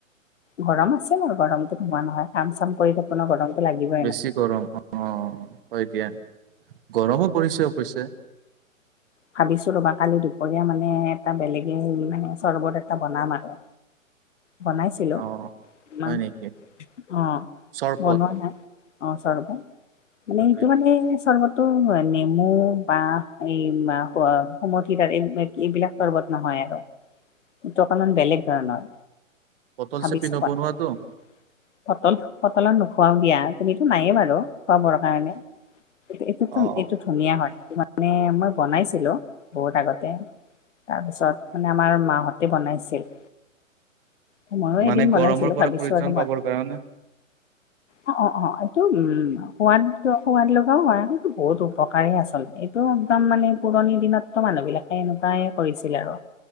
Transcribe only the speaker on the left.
গৰম আছে বাৰু গৰমটো নোহোৱা নহয় কাম চাম কৰি থাকো। <unintelligible> গৰমতো লাগিব।
ভাবিছোঁ ৰবা কালি দুপৰীয়া মানে এটা বেলেগে হেৰি মানে চৰ্বত এটা বনাম আৰু। বনাইছিলোঁ
ইমান
অ,
বনোৱা নাই। অ, চৰ্বত মানে
এইটো মানে চৰ্বত টো নেমু বা এই সুমথিৰাৰ এই- এইবিলাক চৰ্বত নহয় আৰু। এইটো অকণমান বেলেগ ধৰণৰ
ভাবিছ
<unintelligible> ফটল- ফটলৰ নোখুৱাও দিয়া তুমিতো নায়ে বাৰু। খোৱাবৰ কাৰণে এই-
এইটোটো ধুনীয়া হয় মানে মই বনাইছ ছিলোঁ বহুত আগতে তাৰপিছত মানে আমাৰ মাহঁতে বনাইছিল অ, ময়ো
এদিন বনাইছিলোঁ
ভাবিছোঁ
আৰু <unintelligible>
অ', অ', অ', এইটো উম সোৱাদ। এইটো অ সোৱাদ লগাও হয় এইটো বহুত উপকাৰেই আচলতে এইটো একদম মানে পুৰণি দিনততো মানুহ বিলাকে এনেকুৱাই কৰিছিল আৰু